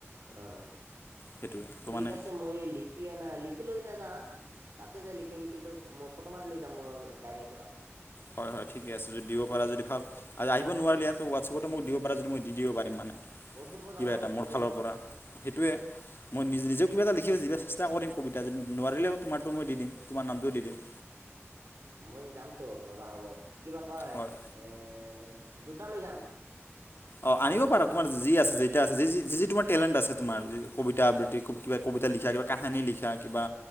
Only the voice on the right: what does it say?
অ',
ঠিক
আছে মই লিখ খি আনা, লিখি লৈ নাযাওঁ, তাতে যাই লিখিম কিন্তু, মই ফটো মই মাৰি লৈ যাম, মোৰ ডায়েৰীৰ পৰা।
মই ফুৰিব
যাব খুজছো
যে
মই যামতো, ৰ'বা হ'ব, কিবা কয়?
এ, দুটা লৈ যাম।